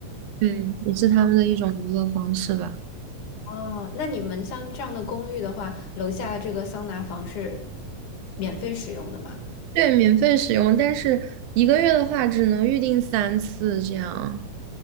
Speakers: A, on the right; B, on the left.
A: 对，也是他们的一种娱乐方式吧。
B: 哦，那你们像这样的公寓的话，楼下这个桑拿房是免费使用的吗？
A: 对，免费使用，但是一个月的话只能预定三次这样。